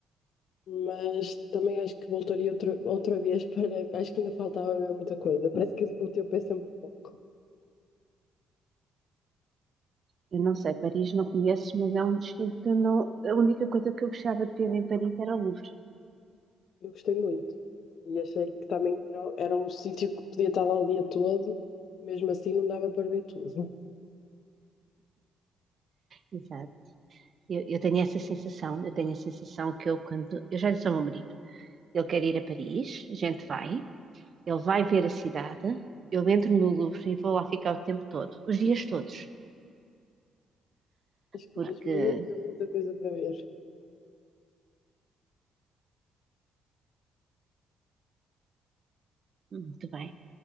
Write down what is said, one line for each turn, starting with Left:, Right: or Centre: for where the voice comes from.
Left: mas também acho que voltaria outra, outra vez para. Acho que ainda faltava mesmo muita coisa. Parece que o tempo é sempre pouco.
Right: Eu não sei, Paris não conheço, mas é um destino que eu não. A única coisa que eu gostava de ver em Paris era o Louvre.
Left: Eu gostei muito e achei que também era, era um sítio que podia estar lá o dia todo, mesmo assim não dava para ver tudo. <laughs>
Right: Exato. Eu, eu tenho essa sensação, eu tenho a sensação que eu, quando. Eu já disse ao meu marido, ele quer ir a Paris, a gente vai, ele vai ver a cidade, eu entro no Louvre e vou lá ficar o tempo todo, os dias todos,
Left: Acho que
Right: porque,
Left: mesmo muita, muita coisa para ver.
Right: muito bem,